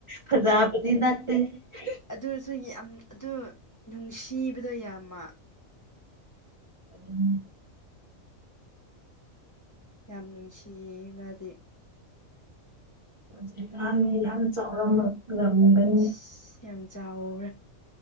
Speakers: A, on the right; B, on the left.
A: ꯐꯖꯥꯕꯗꯤ ꯅꯠꯇꯦ <unintelligible>
B: ꯑꯗꯨ ꯑꯣꯏꯔꯁꯨ ꯌꯥꯝ ꯑꯗꯨ ꯅꯨꯡꯁꯤꯕꯗꯣ ꯌꯥꯝꯃ
A: ꯑꯗꯨꯅꯦ
B: ꯌꯥꯝ ꯅꯨꯡꯁꯤꯌꯦ ꯃꯥꯗꯤ
A: ꯍꯧꯖꯤꯛꯀꯥꯟꯅꯤ ꯌꯥꯝ ꯆꯥꯎꯔꯝꯂꯝꯒꯅꯤ
B: ꯑꯁ ꯌꯥꯝ ꯆꯥꯎꯔꯦ